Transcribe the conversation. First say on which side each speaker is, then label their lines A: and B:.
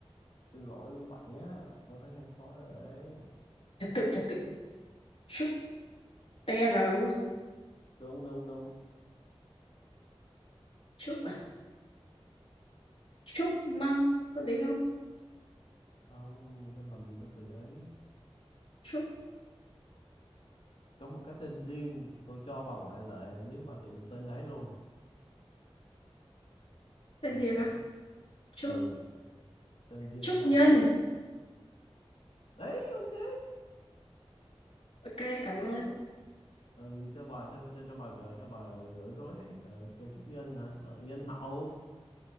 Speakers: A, on the left; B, on the left.
A: xin lỗi với bạn nhá tao thấy hơi khó rồi đấy
B: trật tự trật tự trúc tr đúng không
A: đúng đúng đúng
B: trúc à trúc măng có tính không
A: không không làm gì có từ đấy
B: trúc
A: có một cái tên riêng tôi cho bà ngoại lệ nếu bà tìm được tên đấy luôn
B: tên
A: hai
B: gì
A: chữ
B: mà trúc
A: ừ tên riêng
B: trúc
A: bắt đầu
B: nhân
A: bằng chữ T. đấy ok
B: ok
A: đấy
B: cảm ơn
A: cho bà ừ cho bà cho cho, cho bà gỡ cho bà gỡ rối đấy ờ, cây trúc nhân hả ờ, nhân hậu